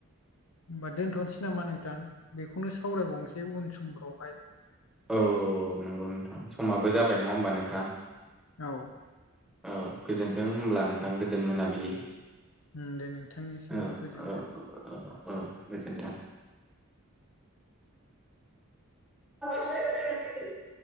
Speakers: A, on the left; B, in the centre.
A: होमबा दोनथ'नोसै नामा नोंथां बेखौनो सावरायबावनोसै उन समफ्रावहाय
B: औ औ नंगौ नोंथां समाबो जाबाय नङा होमबा नोंथां
A: औ
B: औ गोजोन्थों होनब्ला नोंथां गोजोन मोनाबिलि
A: उम, दे नोंथांनिसिमबो
B: औ
A: गोजोन्थों
B: औ औ गोजोनथों <inaudible>